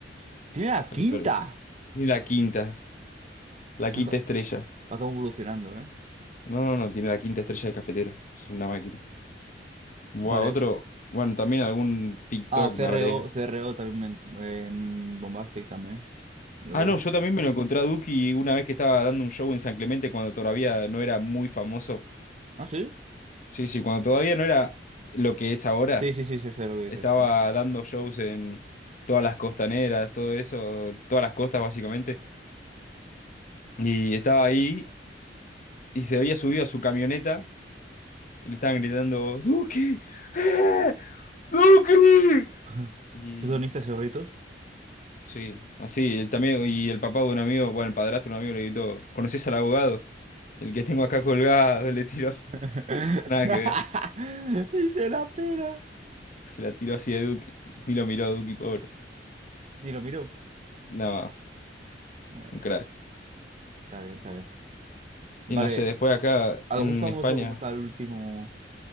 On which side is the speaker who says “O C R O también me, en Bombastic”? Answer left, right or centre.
Right